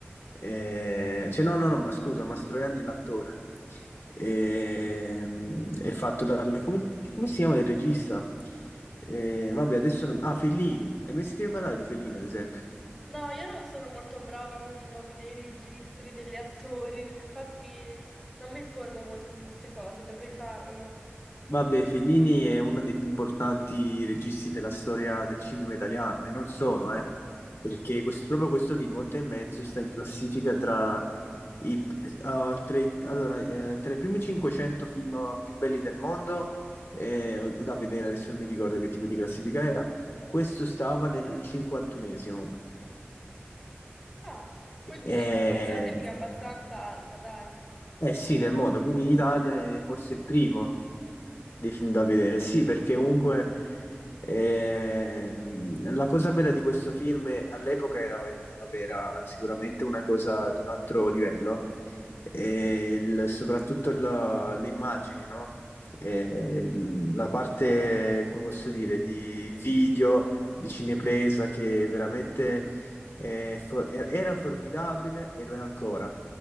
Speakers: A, on the left; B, in the centre.
A: Eh, cioè, no, no, no, ma scusa, Mastroianni è l'attore. Ehm, è fatto dal... Come, come si chiama il regista? Eh, vabbè, adesso... non- Ah, Fellini. Hai mai sentito parlare di Fellini, ad esempio?
B: No, io non sono molto brava con i nomi dei registi, degli attori, infatti non mi informo molto su queste cose, dovrei farlo.
A: Vabbè, Fellini è uno dei più importanti registi della storia del cinema italiano e non solo, eh, perché questo- proprio questo film, Otto e mezzo, sta in classifica tra i, eh, tra i- allora, eh, tra i primi 500 film più belli del mondo, eh, o- o da vedere, adesso non mi ricordo che tipo di classifica era, questo stava nel 51esimo,
B: Ah, quindi
A: eh,
B: ho una classifica abbastanza alta, dai.
A: eh sì, nel mondo, quindi in Italia è forse il primo. dei film da vedere. Sì, perché comunque ehm, la cosa bella di questo film è- all'epoca era, eh, vabbè, era sicuramente una cosa di un altro livello, e il- soprattutto la- le immagini, no? E l- la parte, come posso dire, di video, di cinepresa che veramente eh, fo- era era formidabile e lo è ancora.